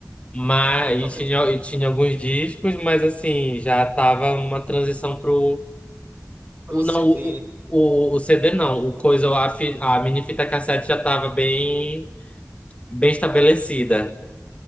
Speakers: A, on the left; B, on the right.
A: Mas,
B: Aham, o toca
A: e tinha,
B: de
A: e tinha alguns discos, mas assim, já tava uma transição pro...
B: proceder.
A: O, não, o, o, o CD não, o coisa, a, fi- a mini fita cassete já tava bem, bem estabelecida.